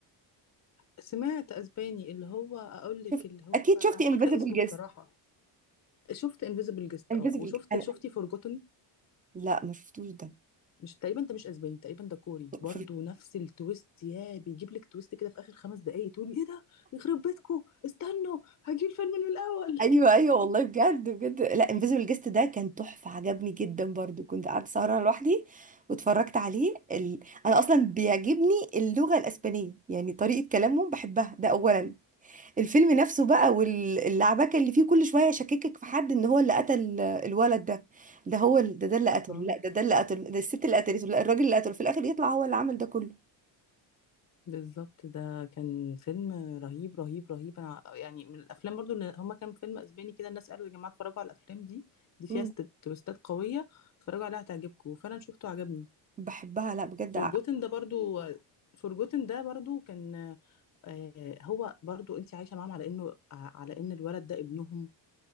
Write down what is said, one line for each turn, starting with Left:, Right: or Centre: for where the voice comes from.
Left: سمعت اسباني اللي هو اقول لك
Right: شفت
Left: اللي هو
Right: اكيد
Left: انا
Right: شفتي
Left: مش
Right: انفيزبل
Left: فاكره اسمه
Right: جيست
Left: بصراحه شفت انفيزبل جيست
Right: انفيزبل
Left: اه وشفت
Right: انا
Left: شفتي فورجوتن
Right: لا ما شفتوش ده
Left: مش تقريبا ده مش اسباني تقريبا ده كوري برضو
Right: في-
Left: نفس التويست يا بيجيب لك تويست كده في اخر خمس دقايق تقولي ايه ده يخرب بيتكو استنوا هجي الفيلم من الاول
Right: ايوه ايوه والله بجد بجد لا انفيزبل جيست ده كان تحفه عجبني جدا برضو كنت قعدت سهرانه لوحدي واتفرجت عليه ال... انا اصلا بيعجبني اللغه الاسبانيه يعني طريقه كلامهم بحبها ده اولا الفيلم نفسه بقى واللعبكه اللي فيه كل شويه يشككك في حد ان هو اللي قتل الولد ده ده هو ال... ده ده اللي قتله
Left: اه
Right: لا ده ده اللي قتله ده الست اللي قتلته لا الراجل اللي قتله في الاخر يطلع هو اللي عمل ده كله
Left: بالظبط ده كان فيلم رهيب رهيب رهيب انا يعني من الافلام برضو اللي هما كان فيلم اسباني كده الناس قالوا يا جماعه اتفرجوا على الافلام دي دي فيها
Right: مم.
Left: ست- تويستات قويه اتفرجوا عليها هتعجبكم وفعلا شفته عجبني
Right: بحبها لا بجد
Left: فورجوتن ده برضو فورجوتن ده برضو كان آه، هو برضو انت عايشه معاهم على انه على ان الولد ده ابنهم